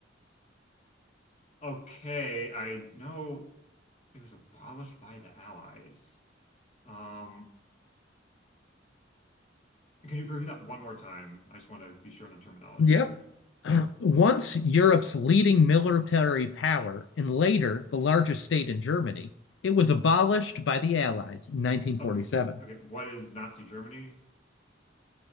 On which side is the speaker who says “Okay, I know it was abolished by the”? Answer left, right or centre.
Left